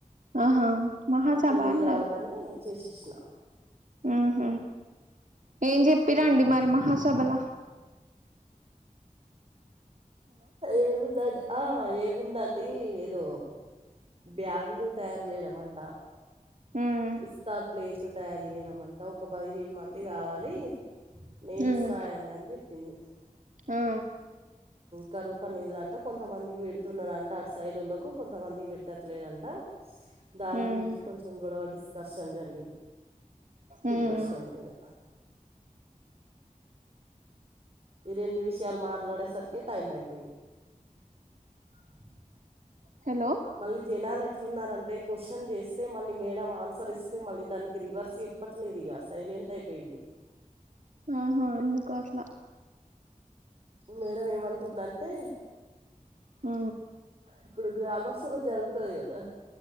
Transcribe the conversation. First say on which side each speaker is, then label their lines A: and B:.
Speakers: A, on the right; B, on the right.
A: ఆహా మహాసభా
B: అక్కడికి పోయి
A: అన్నారు
B: రాగానే చేసేసిన
A: ఉహ ఏం చెప్పి రండి మరిమహా సభల
B: ఏముందండి ఆ ఏముందండి ఏదో బ్యాగులు తయారు చేయడం అంట
A: ఉమ్
B: ఇస్తారు ప్లేట్లు తయారు చేయడం అంట ఒక పదిహేను మంది కావాలి నేమ్స్
A: ఉమ్
B: రాయండి అని చెప్పింది
A: ఆ
B: కరువు పని <unintelligible> కొంతమందికి పెడుతున్నానంట సైడ్ లోకి కొంతమంది పెట్టట్లేదుంట దాని
A: ఉమ్
B: గురించి కొంచెం కూడ డిస్కర్షన్ జరి పిల్ల
A: ఉమ్
B: స్టండ్ మీనా ఈ రెండు విషయాలు మాట్లాడేసరికి టైం అయిపో <unintelligible>
A: హలో
B: మళ్ళీ జనాలు ఎట్లున్నారంటే క్వశ్చన్ చేస్తే మళ్ళీ మేడం ఆన్సర్ ఇస్తే మళ్ళీ దానికి రివర్స్ చెప్పట్లేదు ఇగ సైలెంట్ అయిపోయింది
A: ఆహా ఎందుకు అట్లా
B: మేడం ఏమంటుందంటే
A: ఆ
B: ఇప్పుడు గ్రామస్తులు జరుగుతది కదా